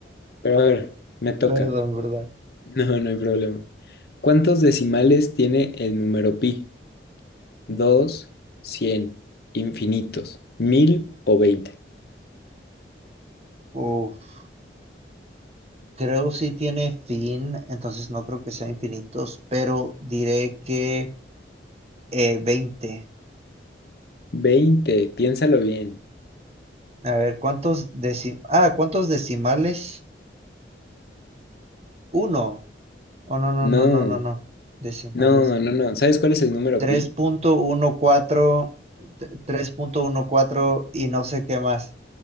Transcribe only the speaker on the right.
Perdón,
¿verdad?
Uf. creo sí tiene fin, entonces no creo que sea infinitos, pero diré que eh, 20.
A ver, ¿cuántos decimales? Ah, ¿cuántos decimales? Uno. Oh, no, no,
no, no, no, no. Decimales.
3.14,
t- 3.14 y no sé qué más.